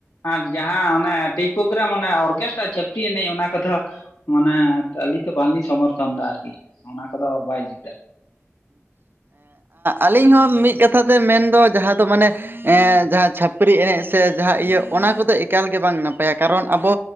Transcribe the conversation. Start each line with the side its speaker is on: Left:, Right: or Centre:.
Left: ᱟᱨ ᱡᱟᱦᱟᱸ ᱚᱱᱟ ᱛᱮᱡᱽ ᱯᱨᱳᱜᱨᱟᱢ ᱚᱱᱟ ᱚᱨᱠᱮᱥᱴᱟᱨ ᱪᱷᱟᱹᱯᱲᱤ ᱮᱱᱮᱡ ᱚᱱᱟ ᱠᱚᱫᱚ ᱢᱟᱱᱮ ᱛᱚ ᱟᱹᱞᱤᱧ ᱫᱚ ᱵᱟᱝ ᱞᱤᱧ ᱥᱚᱢᱚᱨᱛᱷᱚᱱ ᱫᱟ ᱟᱨᱠᱤ ᱚᱱᱟ ᱠᱚᱫᱚ ᱵᱟᱭ ᱡᱩᱛᱟ
Right: ᱟᱹᱞᱤᱧ ᱦᱚᱸ ᱢᱤᱫ ᱠᱟᱛᱷᱟ ᱛᱮ ᱢᱮᱱ ᱫᱚ ᱡᱟᱦᱟᱸ ᱫᱚ ᱢᱟᱱᱮ ᱡᱟᱦᱟᱸ ᱪᱷᱟᱹᱯᱨᱤ ᱮᱱᱮᱡ ᱥᱮ ᱡᱟᱦᱟᱸ ᱤᱭᱟᱹ ᱚᱱᱟ ᱠᱚ ᱫᱚ ᱮᱠᱟᱞ ᱜᱮ ᱵᱟᱝ ᱱᱟᱯᱟᱭ ᱟ ᱠᱟᱨᱚᱱ ᱟᱵᱚ